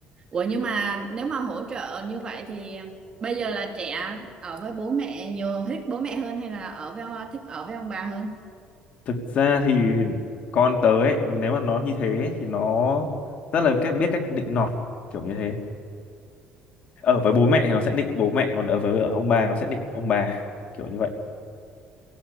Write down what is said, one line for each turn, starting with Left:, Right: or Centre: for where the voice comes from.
Right: ủa nhưng mà nếu mà hỗ trợ như vậy thì bây giờ là trẻ ở với bố mẹ nhiều thích bố mẹ hơn hay là ở với thích ở với ông bà hơn
Left: thực ra thì con tớ ấy, nếu mà nó như thế thì nó rất là cách biết cách định nọt kiểu như thế ở với bố mẹ thì nó sẽ định bố mẹ còn ở với ông bà nó sẽ định ông bà kiểu như vậy